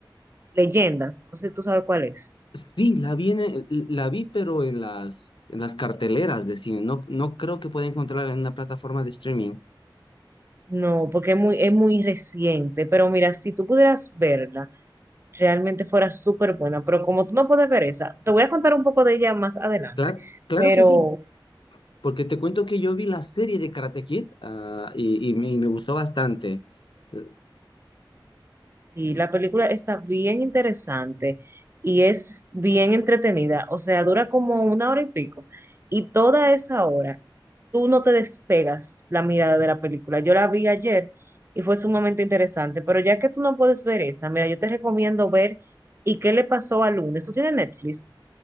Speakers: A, on the right; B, on the left.
A: Leyendas, no sé si tú sabes cuál es.
B: Sí, la vi, en el- la vi, pero en las, en las carteleras de cine, no, no creo que pueda encontrarla en una plataforma de streaming.
A: No, porque es muy, es muy reciente, pero mira, si tú pudieras verla, realmente fuera súper buena, pero como tú no puedes ver esa, te voy a contar un poco de ella más adelante,
B: Claro, claro
A: pero
B: que sí. Porque te cuento que yo vi la serie de Karate Kid, ah, y, y me, y me gustó bastante. Eh,
A: Sí, la película está bien interesante y es bien entretenida. O sea, dura como una hora y pico. Y toda esa hora, tú no te despegas la mirada de la película. Yo la vi ayer y fue sumamente interesante. Pero ya que tú no puedes ver esa, mira, yo te recomiendo ver ¿Y qué le pasó al lunes? Tú tienes Netflix.